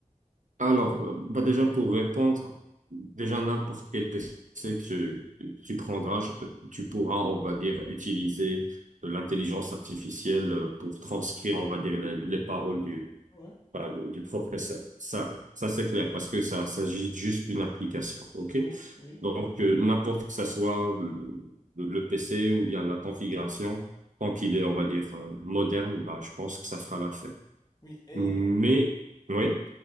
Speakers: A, on the right (about 65°); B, on the left (about 25°).
A: Alors, euh, bah déjà pour répondre, déjà n'importe quel PC que tu, tu prendras, je- tu pourras, on va dire, utiliser l'intelligence artificielle euh, pour transcrire, on va dire, les, les paroles du,
B: Ouais,
A: bah, de- du professeur. Ça, ça c'est clair parce que ça s'agit juste d'une application. OK?
B: oui, oui.
A: Donc, euh, n'importe que ça soit le, le- le PC ou bien la configuration, tant qu'il est, on va dire, euh, moderne, bah, je pense que ça fera l'affaire.
B: Oui, et,
A: Mais, oui,